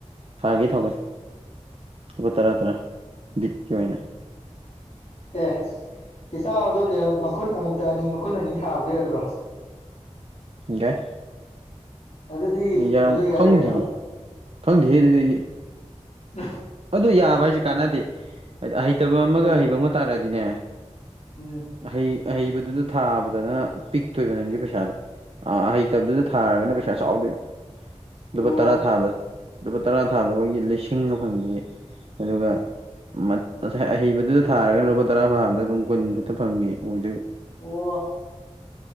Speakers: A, on the right; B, on the left.
A: ꯊꯥꯒꯦ ꯊꯥꯎꯅꯦ ꯂꯨꯄꯥ ꯇꯔꯥ ꯇꯔꯥ ꯕꯤꯠꯀꯤ ꯑꯣꯏꯅ
B: ꯑꯦ ꯏꯇꯥꯎ ꯑꯗꯣ ꯀꯌꯥ ꯃꯈꯨꯟ ꯑꯃꯨꯛꯇ ꯑꯅꯤ ꯃꯈꯨꯟ ꯑꯅꯤ ꯊꯥꯕꯗꯤ ꯌꯥꯗ꯭ꯔꯣ
A: ꯌꯥꯏ
B: ꯑꯗꯨꯗꯤ
A: ꯌꯥꯔꯝ
B: ꯑꯗꯨ ꯌꯥꯔꯦ
A: ꯈꯪꯗꯤꯌꯦ
B: ꯀꯩꯅꯣ
A: ꯈꯪꯗꯦꯍꯦ ꯗꯨꯗꯤ ꯑꯩꯗꯤ
B: <inaudible>
A: ꯑꯗꯨ ꯌꯥꯕ ꯍꯥꯏꯁꯦ ꯀꯥꯟꯅꯗꯦ ꯍꯩꯇꯕ ꯑꯃꯒ
B: ꯀꯩ
A: ꯍꯩꯕ ꯑꯃꯒ ꯇꯥꯔꯛꯑꯗꯤꯅꯦ
B: ꯎꯝ
A: ꯑꯍꯩ ꯑꯍꯩꯕꯗꯨꯗ ꯊꯥꯕꯗꯅ ꯄꯤꯛꯇꯣꯏꯕ ꯅꯪꯒꯤ ꯄꯩꯁꯥꯗꯣ ꯑꯥ ꯑꯍꯩꯇꯕꯗꯨꯗ ꯊꯥꯔꯒꯅ ꯄꯩꯁꯥ ꯆꯥꯎꯗꯣꯏꯕ
B: ꯑꯣ
A: ꯂꯨꯄꯥ ꯇꯔꯥ ꯊꯥꯕ ꯂꯨꯄꯥ ꯇꯔꯥ ꯊꯥꯕꯗ ꯑꯩꯈꯣꯏꯒꯤ ꯂꯤꯁꯤꯡꯒ ꯐꯪꯕꯒꯤ ꯑꯗꯨꯒ ꯃꯠ ꯉꯁꯥꯏ ꯑꯍꯩꯕꯗꯨꯗ ꯊꯥꯔꯒꯅ ꯂꯨꯄꯥ ꯇꯔꯥ ꯐꯥꯕꯗ ꯑꯗꯨꯝ ꯀꯨꯟ ꯈꯛꯇ ꯐꯪꯕꯤ ꯑꯣꯏꯗꯣꯏꯕ
B: ꯑꯣ